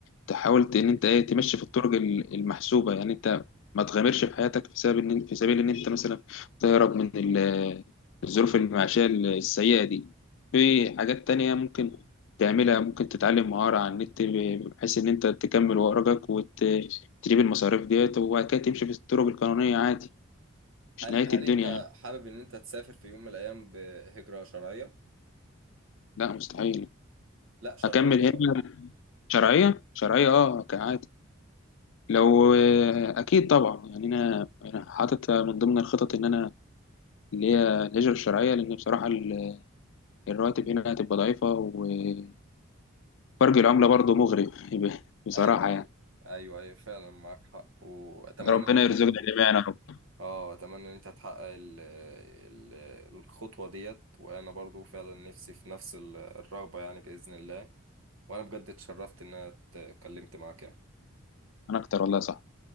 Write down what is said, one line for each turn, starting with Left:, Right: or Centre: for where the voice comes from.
Left: تحاول ت- ان انت ايه تمشي في الطرق ال- المحسوبه يعني انت ما تغامرش في حياتك في سبب ان في سبيل ان انت مثلا تهرب من ال- الظروف المعيشيه السيئه دي في حاجات تانية ممكن تعملها ممكن تتعلم مهارة على النت ب- بحيث إن أنت تكمل ورقك وتجيب المصاريف ديت وبعد كده تمشي في الطرق القانونية عادي مش
Right: هل
Left: نهاية
Right: هل
Left: الدنيا
Right: أنت
Left: يعني
Right: حابب إن أنت تسافر في يوم من الأيام بهجرة شرعية؟
Left: لا مستحيل
Right: لا شرعية
Left: هكمل
Right: شرعية
Left: هنا شرعية شرعية اه عادي لو آه، اكيد طبعا يعني انا انا حاطط من ضمن الخطط ان انا اللي هي الهجره الشرعيه لان بصراحه ال- الرواتب هنا هتبقى ضعيفه وفرق العمله برضه مغري <laughs> بصراحه
Right: أيوه
Left: يعني
Right: أيوه أيوه أيوه فعلا معاك حق وأتمنى
Left: ربنا
Right: إن أنت
Left: يرزقنا جميعا يا رب
Right: اه اتمنى ان انت تحقق ال ال الخطوة ديت وانا برضو فعلا نفسي في نفس ال- الرغبة يعني بإذن الله وانا بجد اتشرفت ان انا اتكلمت معاك يعني
Left: انا اكتر والله صح